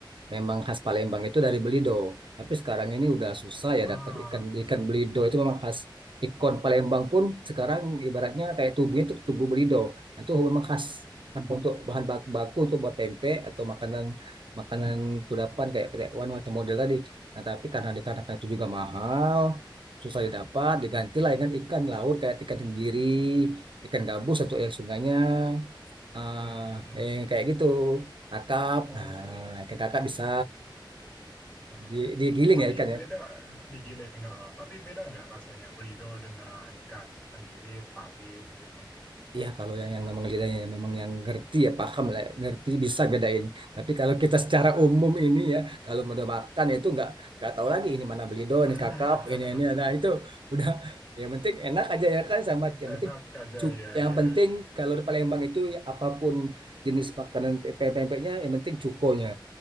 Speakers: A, on the right; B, in the centre.
A: memang khas Palembang itu dari Belido. Tapi sekarang ini udah susah ya
B: Ah,
A: dapat ikan
B: hmm.
A: ikan Belido itu memang khas ikon Palembang pun sekarang ibaratnya kayak tubuhnya itu tubuh Belido. Nah, itu memang khas
B: Hmm.
A: untuk bahan baku, baku untuk buat tempe atau makanan makanan kudapan kayak pete wan atau model tadi. Nah, tapi karena dikarenakan itu juga mahal, susah didapat digantilah dengan ikan laut kayak ikan tenggiri ikan gabus atau yang sungainya ah
B: Hmm, hmm, hmm.
A: yang kayak gitu kakap
B: Oh,
A: nah ikan kakap bisa
B: ah.
A: di digiling
B: Tapi
A: ya ikannya
B: beda digiling. ah. Tapi beda nggak rasanya belido dengan ikan tenggiri, patin gitu.
A: Iya, kalau yang yang memang lidahnya yang memang yang ngerti ya paham lah, ya, ngerti bisa bedain. Tapi kalau kita secara umum ini ya, kalau udah makan itu nggak nggak tahu lagi ini mana belido,
B: <laughs>
A: ini kakap, ini ini, nah itu udah yang penting enak aja ya kan sama yang
B: Enak
A: penting
B: aja
A: cu-
B: ya
A: yang
B: ya
A: penting
B: ya.
A: kalau di Palembang itu apapun jenis makanan pe- pempeknya yang penting cukonya.